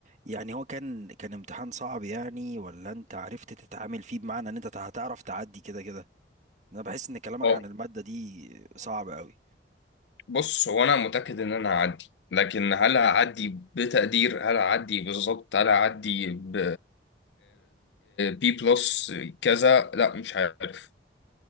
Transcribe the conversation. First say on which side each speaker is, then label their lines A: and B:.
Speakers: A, on the right; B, on the left.
A: يعني هو كان كان امتحان صعب يعني ولا انت عرفت تتعامل فيه بمعنى ان انت هتعرف تعدي كده كده انا بحس ان كلامك
B: هو
A: عن المادة دي صعب قوي
B: بص هو انا متاكد ان انا هعدي لكن هل هعدي بتقدير هل هعدي بالظبط هل هعدي ب بي بلس كذا لا مش عارف